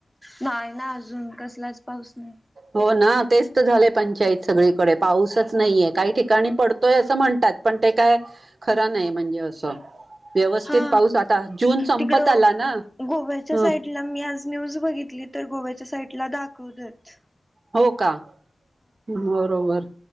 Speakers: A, in the centre; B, on the right (about 60°).
A: नाही ना अजून कसलाच पाऊस नाही
B: हो ना तेच तर झाले पंचायत सगळीकडे पाऊसच नाहीये काही ठिकाणी पडतोय असं म्हणत तात पण ते काय खरं नाही म्हणजे अस व्यवस्थित
A: हा
B: पाऊस आता जून संपत
A: तिकडं
B: आला ना
A: गोव्याच्या
B: ह
A: <unintelligible> मी आज न्यूज बघितली तर गोव्याच्या साईटला दाखवतेत
B: हो का बरोबर